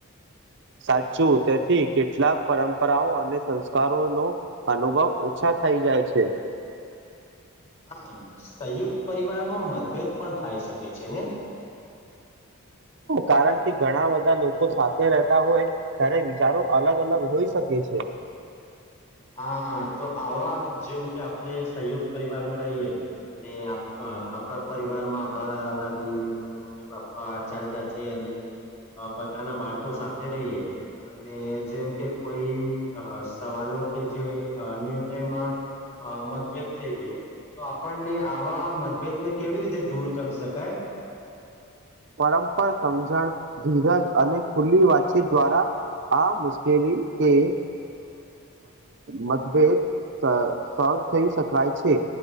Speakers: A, on the right; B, on the left.
A: સાચું તેથી કેટલાક પરંપરાઓ અને સંસ્કારો નો અનુભવ ઓછા થઈ જાય છે
B: હા સંયુક્ત પરિવારમાં મતભેદ પણ થાય શકે છે ને
A: કારણ કે ઘણા બધા લોકો સાથે રહેતા હોય ત્યારે વિચારો અલગ અલગ હોઈ શકે છે
B: હા તો આવા જેમ કે આપણે સહયોગ પરિવારમાં રહીએ અને આપણા પરિવાર માં આપડાાા દાદી મમ્મી પપા ચાચા ચાચી બધાના બાળકો સાથે રહીએ અને જેમ કે કોઈ સવાલો કે જે નિર્ણયમાં અ મતભેદ થઈ ગયો તો આપણને આવા મતભેદને કેવી રીતે દૂર કરી શકાય
A: પરંપરા સમજણ ધીરજ અને ખુલ્લી વાતચીત દ્વારા આ મુશ્કેલી કે મતભેદ સ થઈ શકાય છે